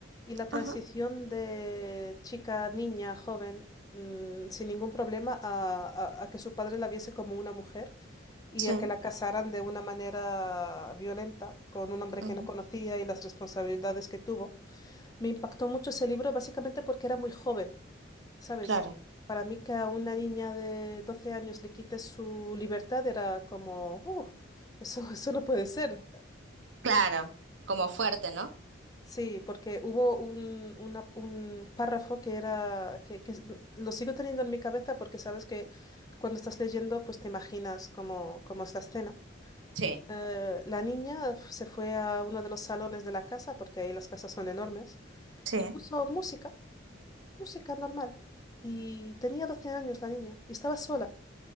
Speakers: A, on the left; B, on the right.
A: y la transición
B: ajá,
A: de chica, niña, joven, mm, sin ningún problema, a, a- a que su padre la viese como una mujer y
B: sí,
A: a que la casaran de una manera violenta con un hombre
B: ujú,
A: que no conocía y las responsabilidades que tuvo. Me impactó mucho ese libro básicamente porque era muy joven. ¿Sabes?
B: claro.
A: Y para mí que a una niña de 12 años le quites su libertad era como, "Uh, eso, <laughs> eso no puede ser.
B: Claro, como fuerte, ¿no?
A: Sí, porque hubo un, una- un párrafo que era, que, que es- lo sigo teniendo en mi cabeza porque sabes que cuando estás leyendo pues te imaginas cómo, cómo es la escena.
B: Sí.
A: Eh, la niña se fue a uno de los salones de la casa, porque ahí las casas son enormes,
B: Sí,
A: y puso música, música normal. Y tenía 12 años la niña, y estaba sola.